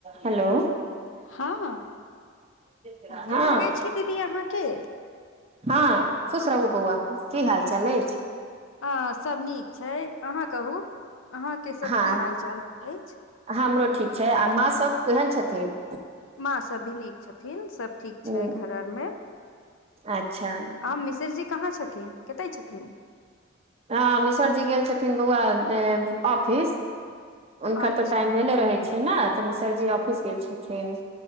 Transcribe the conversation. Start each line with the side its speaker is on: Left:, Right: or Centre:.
Right: Hello
Left: हँ
Right: हँ
Left: गोर लगैत छै दीदी अहाँके
Right: हँ खुश रहू बौआ की हाल चाल अछि
Left: हँ सभ नीक छै अहाँ कहू अहाँके सभ
Right: हँ
Left: की हाल चाल अछि
Right: हमरो ठीक छै आ माँ सब केहन छथिन
Left: माँ सभ भी नीक छथिन सब ठीक छै
Right: ओ
Left: घर आर मे
Right: अच्छा
Left: आ मिसरजी कहाँ छथिन कतऽ छथिन
Right: हँ मिसर जी गेल छथिन बौआ ऑफिस हुनकर
Left: अच्छा
Right: तऽ टाइम भेले रहै छै ने तऽ मिसरजी ऑफिस गेल छथिन